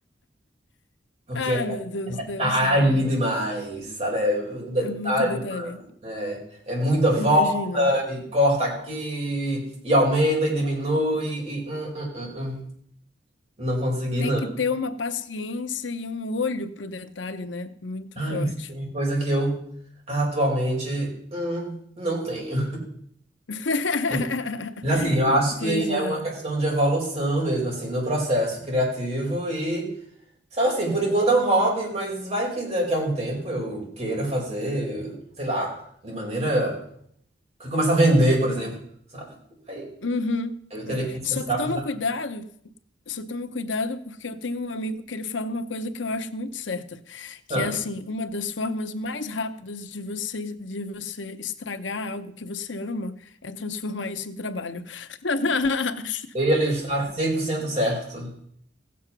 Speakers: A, on the right; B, on the left.
A: Porque
B: Ah,
A: é
B: meu Deus,
A: detalhe
B: deve ser.
A: demais, sabe? É um detalhe
B: É muito
A: demais,
B: detalhe.
A: né? É muita volta
B: Imagina.
A: e corta aqui, e aumenta e diminui, e hum, hum, hum, hum. Não consegui,
B: Tem
A: não.
B: que ter uma paciência e um olho pro detalhe, né? Muito
A: Ai,
B: forte.
A: sim, coisa que eu atualmente hum, não tenho.
B: <laughs>
A: <laughs> Mas, assim, eu acho que
B: Pois
A: é
B: é.
A: uma questão de evolução mesmo, assim, no processo criativo e, sabe assim, por enquanto é um hobby, mas vai que daqui a um tempo eu queira fazer, sei lá, de maneira que começa a vender, por exemplo, sabe? Aí
B: Uhum.
A: aí eu teria
B: É.
A: que me especializar.
B: Só que toma cuidado, só toma cuidado porque eu tenho um amigo que ele fala uma coisa que eu acho muito certa, que
A: Não,
B: é assim, uma das formas mais rápidas de você de você estragar algo que você ama é transformar isso em trabalho. <laughs>
A: ele está 100% certo.